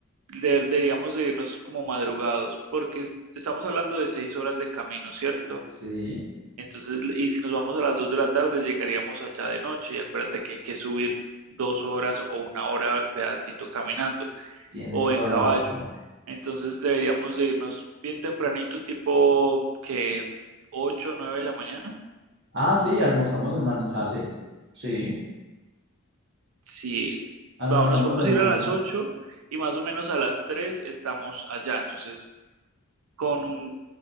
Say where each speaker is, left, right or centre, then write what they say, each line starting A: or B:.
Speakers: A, on the right (about 85°); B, on the right (about 55°).
A: de- deberíamos de irnos como madrugados porque es- estamos hablando de seis horas de camino, ¿cierto?
B: Sí,
A: Entonces, y si nos vamos a las 2 de la tarde, llegaríamos allá de noche y acuérdate que hay que subir dos horas o una hora pedacito caminando
B: tienes
A: o
B: toda
A: en caballo.
B: la razón.
A: Entonces deberíamos de irnos bien tempranito, tipo que 8 o 9 de la mañana.
B: Ah, sí, almorzamos en Manizales. Sí.
A: sí
B: Almorzamos
A: vamos, nos podemos
B: en
A: ir
B: Manizales.
A: a las 8 y más o menos a las 3 estamos allá. Entonces con,